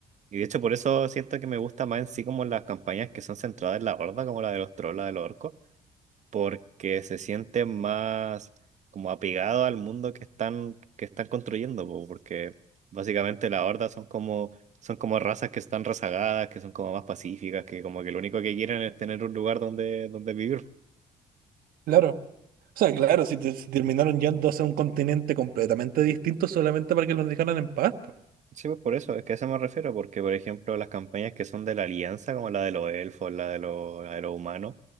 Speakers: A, on the right (about 50°); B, on the right (about 75°).
A: Y de hecho por eso siento que me gusta más en sí como las campañas que son centradas en la horda, como la de los trolls, la de los orcos porque se sienten más como apegados al mundo que están, que están construyendo, po, porque básicamente las hordas son como, son como razas que están rezagadas, que son como más pacíficas, que como que lo único que quieren es tener un lugar donde, donde vivir.
B: Claro. O sea, claro, si, te- si terminaron yendo hacia un continente completamente distinto solamente para que los dejaran en paz, po.
A: Sí, pues por eso, es que a eso me refiero, porque por ejemplo las campañas que son de la Alianza, como la de los elfos, la de los, la de los humanos,